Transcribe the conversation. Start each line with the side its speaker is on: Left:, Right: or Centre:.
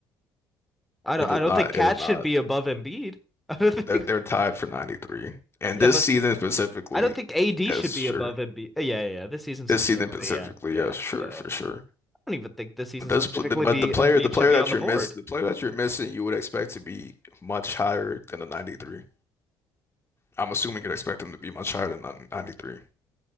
Centre: I
Left: It
Centre: don't. I
Left: is
Centre: don't
Left: not.
Centre: think Cat
Left: It is not.
Centre: should be above Embiid. <laughs> I don't think.
Left: They're they're tied for 93. And
Centre: Yeah,
Left: this
Centre: but
Left: season specifically,
Centre: I don't think AD
Left: yes,
Centre: should be
Left: sure.
Centre: above Embiid. Yeah, yeah, yeah. This season specifically.
Left: This season specifically,
Centre: Yeah, yeah,
Left: yes, sure,
Centre: yeah.
Left: for sure.
Centre: don't even think this season
Left: But this,
Centre: specifically
Left: pl- but
Centre: be
Left: the player,
Centre: um, Embiid
Left: the player
Centre: should be
Left: that
Centre: on the
Left: you're
Centre: board.
Left: miss, the player that you're missing, you would expect to be much higher than a 93. I'm assuming you'd expect him to be much higher than nin- 93.